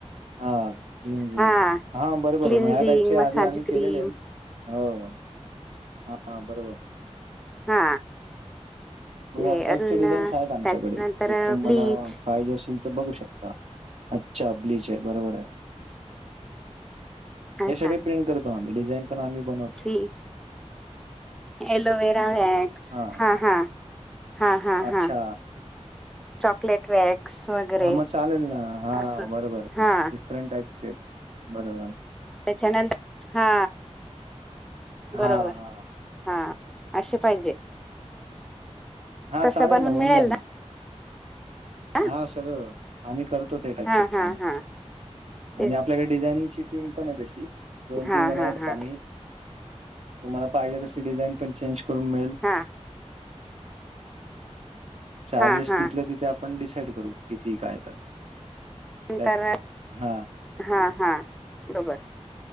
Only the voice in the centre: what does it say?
हा
क्लिन्झिंग
मसाज
क्रीम
हा
ते
अजून
अं,
त्याच्यानंतर
ब्लीच
अच्छा
हे एलोवेरा व्हय
हा हा हा हा
हा चॉकलेट वॅक्स वगैरे
असं
हा
त्याच्यानंतर हा बरोबर,
हा असे पाहिजे.
तसं
बनवून
मिळेल
ना
हा
हा हा तेच
हा
हा
हा
हां
हा
हा
नंतर,
हा हा बरोबर.